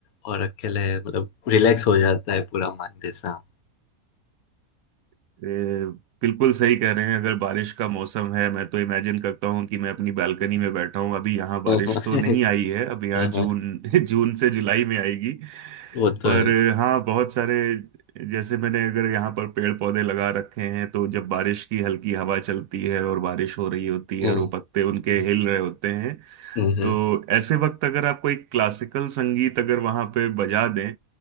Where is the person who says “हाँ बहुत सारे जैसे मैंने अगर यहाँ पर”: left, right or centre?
Right